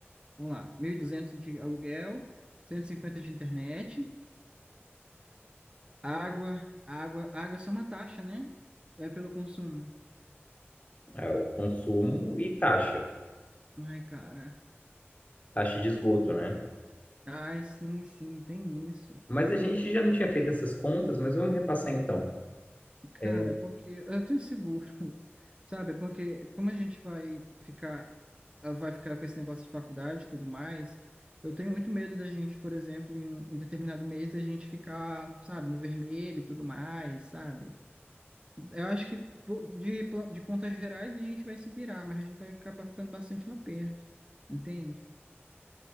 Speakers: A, on the right (about 20°); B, on the left (about 35°).
A: Vamos lá, 1.200 de aluguel, 150 de internet, água, água, água é só uma taxa, né? É pelo consumo.
B: É o consumo e taxa,
A: Ai, cara.
B: taxa de esgoto, né?
A: Ai, sim, sim, tem isso.
B: Mas a gente já não tinha feito essas contas, mas vamos repassar então.
A: Cara,
B: É,
A: é porque eu tô inseguro, <laughs> sabe? É Porque como a gente vai ficar ela vai ficar com esse negócio de faculdade e tudo mais. Eu tenho muito medo da gente, por exemplo, em um em determinado mês, a gente ficar, sabe, no vermelho e tudo mais, sabe? Eu acho que pô, de, pla- de contas gerais a gente vai se virar, mas a gente vai acabar ficando bastante no aperto, entende?